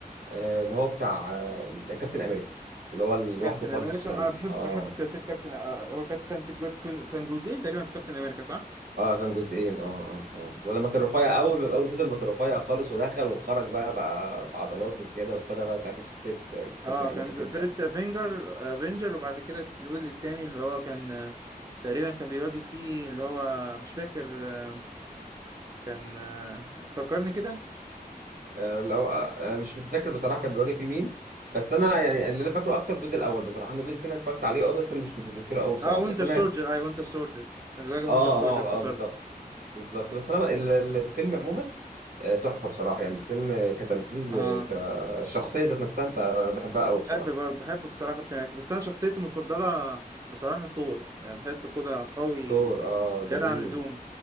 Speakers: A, on the right; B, on the right.
A: آه، اللي هو بتاع آه، كابتن امريكا اللي هو لوحده
B: كابتن
A: خالص
B: امريكا
A: الشرير
B: انا بحب
A: اه
B: بحب ثلاثيه كابتن آه، هو كانت كانت جو- كان كان جزئين تقريبا في كابتن امريكا صح
A: اه كان جزئين اه اه اه بس لما كان رفيع اول اول جزء لما كان رفيع خالص ودخل وخرج بقى بقى بعضلات وكده وابتدى بقى ساعتها شخصيه
B: اه
A: كابتن امريكا
B: كان
A: تبدا
B: فيرست افنجر افنجر وبعد كده الجزء الثاني اللي هو كان آه، تقريبا كان بيواجه فيه اللي هو مش فاكر آه، كان آه، فكرني كده
A: آه لو آه انا مش متذكر بصراحه كان بيواجه في مين بس انا يعني اللي انا فاكره اكتر الجزء الاول بصراحه انا الجزء الثاني اتفرجت عليه اه بس انا مش متذكره قوي بصراحه
B: اه وينتر
A: بس انا
B: سولجر اي وينتر سولجر كان بيواجه وينتر
A: اه
B: سولجر
A: اه
B: افتكرت
A: اه بالظبط بالظبط بس انا ال- ال- الفيلم عموما آه، تحفه بصراحه يعني الفيلم كتمثيل
B: اه
A: وكشخصيه ذات نفسها انت بحبها قوي
B: بحب
A: بصراحه
B: بر- بحب بصراحه كابتن امريكا بس انا شخصيتي المفضله بصراحه ثور يعني تحسه كده قوي
A: ثور اه
B: زياده
A: جميل
B: عن اللزوم